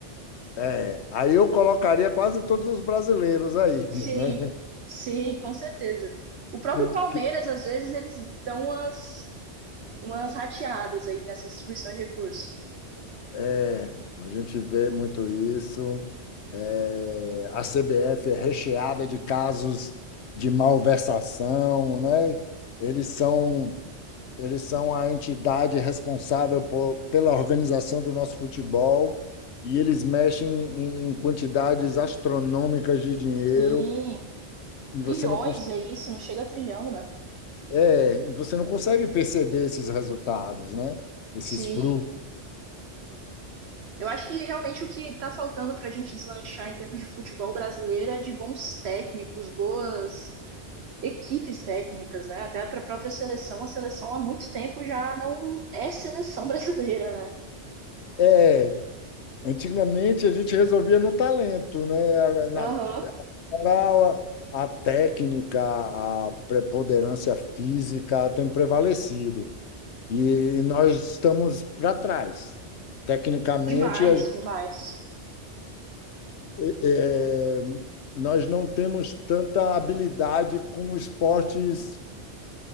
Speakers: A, on the left; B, on the right.
A: É, aí eu colocaria quase todos os brasileiros aí,
B: Sim,
A: <laughs> né?
B: sim, com certeza. O próprio
A: Porque
B: Palmeiras, às vezes, eles dão umas, umas rateadas aí nessa distribuição de recursos.
A: é, a gente vê muito isso. É, a CBF é recheada de casos de malversação, né? Eles são, eles são a entidade responsável por, pela organização do nosso futebol e eles mexem em em quantidades astronômicas de dinheiro
B: Sim,
A: e
B: bilhões
A: você não
B: aí, se não chega a trilhão, né?
A: É, e você não consegue perceber esses resultados, né? Esses
B: Sim,
A: frutos.
B: Eu acho que realmente o que está faltando para a gente deslanchar em termos de futebol brasileiro é de bons técnicos, boas equipes técnicas, né? Até para a própria seleção, a seleção há muito tempo já não é seleção <laughs> brasileira, né?
A: É, antigamente a gente resolvia no talento, né? Era Na
B: Aham,
A: era a, a técnica, a preponderância física tem prevalecido. E nós estamos para trás. Tecnicamente,
B: demais,
A: a gente-
B: demais.
A: é, é, é, nós não temos tanta habilidade com esportes